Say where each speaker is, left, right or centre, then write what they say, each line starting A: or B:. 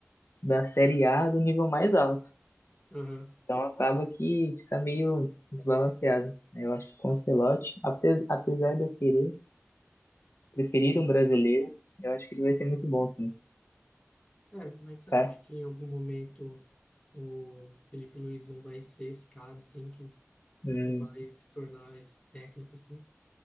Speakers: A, on the left (about 55°); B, on the left (about 20°).
A: da série A do nível mais alto.
B: Aham.
A: Então acaba que fica meio desbalanceado. né? Eu acho que com o Ancelotti, ape- apesar de eu querer preferir um brasileiro, eu acho que ele vai ser muito bom, sim.
B: É, mas você
A: Cara,
B: não acha que em algum momento o Felipe Luiz não vai ser esse cara, assim, que,
A: hum,
B: que vai se tornar esse técnico, assim?